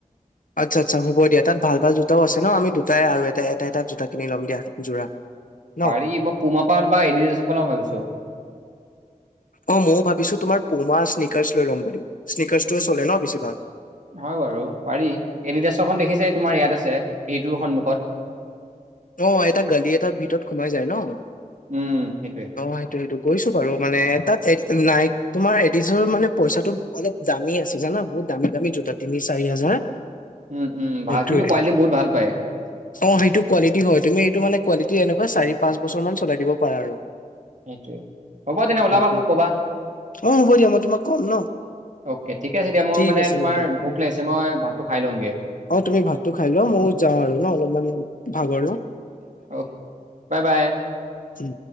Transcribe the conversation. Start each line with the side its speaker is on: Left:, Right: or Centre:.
Left: আচ্ছা, আচ্ছা, হ'ব দিয়া তাত ভাল ভাল জোতাও আছে ন আমি দু জাই আৰু এটা এটা এটা জোতা কিনি ল' দিয়া যোৰা ন
Right: পাৰি মই পুমা পাৰ বা এডিদাচৰ পৰা লাম ভাবিছো
Left: অ ', ময়ো ভাবিছো তোমাৰ পুমা স্নিকাৰ্চ লৈ ল'ম বুলি স্নিকছটো চলে ন বেছিভাগ
Right: হয় বাৰু, পাৰি এডডশখন দেখিছে তোমাৰ ইয়াত আছে ভটোৰ সন্মুখত উ
Left: অ', টা গালি এটটা ভিতৰত সোমাই যায় ন অ',
Right: উম সেইটোৱে।
Left: সেইটো সেইটো গৈছো বাৰু মানে তাত নাই তোমাৰ এডিছৰ মানে পইচাটো অলপ দামী আছে জানা বহুত দামী দামী জোতা তিনি চাৰি হাজাৰ
Right: উম উম
Left: সেইটোৱে
Right: ভাল কিন্তু কোৱালিটি বহুত ভাল পায়
Left: অ', সেইটো হয়, তুমি এইটো মানে কোৱলিটি এনেকুৱ চাৰি পাঁচ বছৰান চলাই দিবাৰা আৰু
Right: সেইটোৱে হ'ব তেনে ওলাবা
Left: সেইটো
Right: মোক কবা
Left: অ', হ'ব দিয়া মই তোমাক ক'ম ন
Right: অকে ঠিকে আছে দিয়া মোৰ
Left: ঠিক
Right: মানে
Left: আছে
Right: তোমাৰ
Left: হ'ব দিয়া
Right: ভোক লাগিছে মই ভাতটো খাই লমগে
Left: অ', তুমি ভাতটো খাই লোৱা ময়ো যাওঁ আৰু ন অলপমান ভাগৰ ল
Right: অ', বাই বা
Left: উম